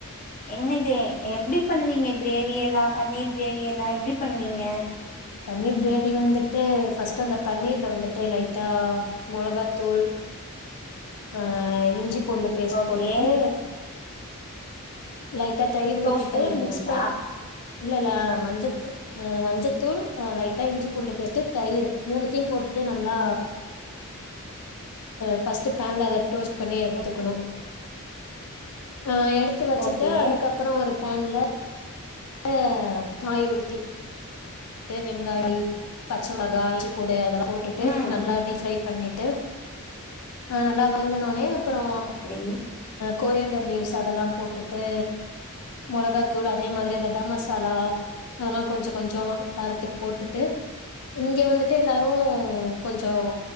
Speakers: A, on the left; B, on the left.
A: என்னது எப்டி பண்ணுவீங்க கிரேவியெல்லா பன்னீர் கிரேவியெல்லா எப்டி பண்ணுவீங்க
B: பன்னீர் கிரேவி வந்துட்டு ஃபர்ஸ்ட்டு அந்த தன்னீர்ல வந்துட்டு லைட்டா மொளகா தூள் ஆஹ் இஞ்சி பூண்டு பேஸ்ட்
A: ஓகே
B: போட்டுட்டு லைட்டா தயிர் ஊத்திட்டு
A: டோஸ்ட் பண்ணிருவீங்களா
B: மிக்ஸ் பண் இல்லல மஞ்சத்தூள் அ மஞ்சத்தூள் அ லைட்டா இஞ்சி பூண்டு பேஸ்ட்டு தயிரு மூனுதியு போட் டு நல்லா ஃபர்ஸ்ட்டு பேன்ல அத டோஸ்ட் பண்ணி எடுத்துக்கனும்
A: ஓகே
B: ஆ எடுத்து வச்சிட்டு
A: ஓகே
B: அதுக்கப்றோ ஒரு பேன்ல ஆ ஆயில் ஊத்தி <unintelligible> பச்ச மொளகா இஞ்சி பூண்டு அதெல்லா போட்டுட்டு
A: ம்
B: நல்லா அப்டி ஃப்ரை பண்ணிட்டு நல்லா வனங்னவுனே அப்பறோ
A: அப்டி
B: கொரியன்டர் லீவ்ஸ் அதெல்லா போட்டுட்டு மொளகாத்தூள் அதே மாதிரி அந்த கர மசாலா அதெல்லா கொஞ்சோ கொஞ்சோ காரத்துக்கு போட்டுட்டு இங்க வந்துட்டு எல்லாரு கொஞ்சோ